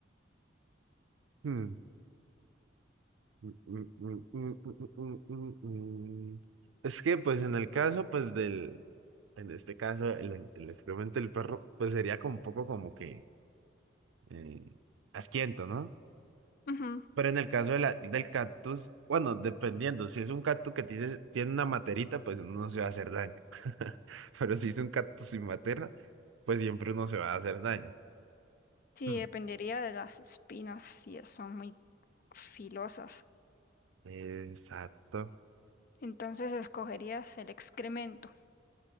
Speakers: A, on the right; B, on the left.
A: Mm, mm, mm, mm, mm, mm, mm, mm, mm. mm. Es que, pues, en el caso, pues, del, en este caso, el, el excremento del perro, pues, sería como un poco como que eh, asquiento, ¿no?
B: Ujú.
A: Pero en el caso de la, del cactus, bueno, dependiendo, si es un cactus que tiene, tiene una materita, pues uno no se va a hacer daño. <laughs> Pero si es un cactus sin matera, pues siempre uno se va a hacer daño.
B: Sí,
A: Mm.
B: dependería de las espinas, si es- son muy filosas.
A: Exacto.
B: Entonces escogerías el excremento.